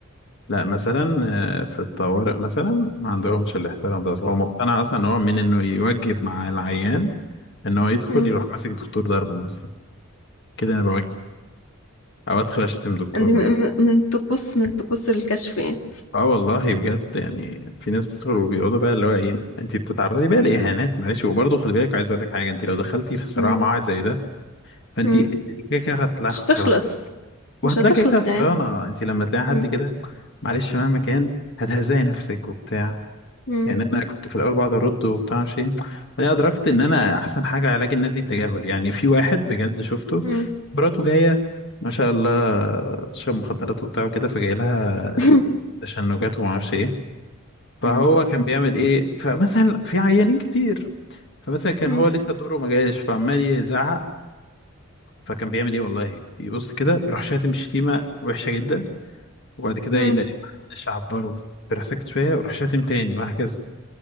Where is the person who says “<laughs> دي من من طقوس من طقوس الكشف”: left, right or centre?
Left